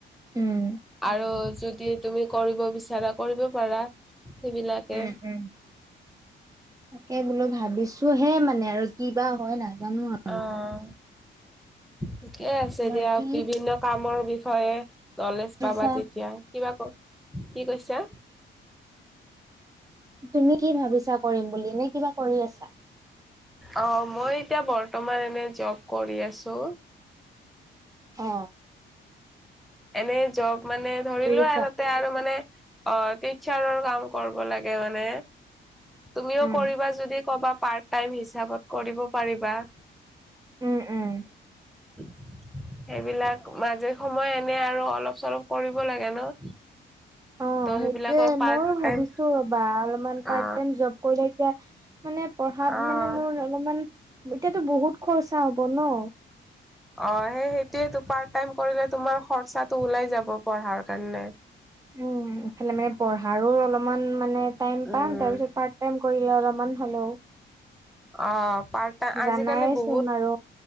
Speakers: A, on the right (about 15°); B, in the centre.
A: উম।
B: আৰু যদি তুমি কৰিব বিচাৰা, কৰিব পাৰা। সেইবিলাকে।
A: উম, উম। তাকে বোলোঁ ভাবিছো হে মানে আৰু কিবা হয় নাজানো আৰু।
B: অ'। ঠিকে আছে
A: বাকী
B: দিয়া। বিভিন্ন কামৰ বিষয়ে নলেজ
A: ভাবিছা
B: পাবা তেতিয়া। কিবা ক- কি কৈছা?
A: তুমি কি ভাবিছা কৰিম বুলি। নে কিবা কৰি আছা?
B: অ' মই এতিয়া বৰ্তমান এনে জব কৰি আছোঁ।
A: অ।
B: এনে জব মানে ধৰি
A: কৰি
B: লোৱা
A: আছা
B: এ তাতে আৰু মানে অ, টিচাৰৰ কাম কৰিব লাগে মানে। তুমিও
A: উম,
B: কৰিবা যদি কবা, পাৰ্ট টাইম হিচাপত কৰিব পাৰিবা।
A: উম উম।
B: <unintelligible> সেইবিলাক, মাজে সময়ে এনে আৰু অলপ চলপ কৰিব লাগে ন?
A: অ
B: ত
A: সেইটোয়ে,
B: সেইবিলাকৰ পাৰ্ট
A: মইও ভাবিছো
B: টাইম
A: ৰবা। অলপমান পাৰ্ট
B: অ
A: টাইম জব কৰিলে এতিয়া মানে পঢ়াত
B: অ
A: মানে মোৰ অলপমান, এতিয়াতো বহুত খৰচা হ'ব ন।
B: অ সেই সেইটোয়েইটো। পাৰ্ট টাইম কৰিলে তোমাৰ খৰচাটো ওলাই যাব পঢ়াৰ কাৰণে।
A: উম। ইফালে মানে পঢ়াৰো অলপমান মানে টাইম
B: উম
A: পাম, তাৰপিছত পাৰ্ট টাইম কৰিলে অলপমান হ'লেও
B: অ। পাৰ্ট টাইম আজিকালি
A: জানাইচোন
B: বহুত
A: আৰু।